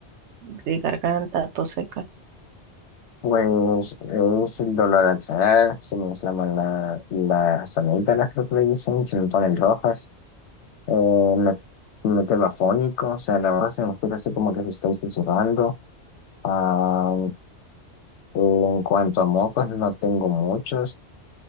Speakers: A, on the right; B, on the left.
A: de garganta, tos seca.
B: Pues es el dolor al tragar, se me inflaman la, las amígdalas, creo que le dicen, se me ponen rojas, eh, me, me quedo afónico, o sea, la verdad se me escucha así como que se está susurrando. Ah, en cuanto a mocos, no tengo muchos,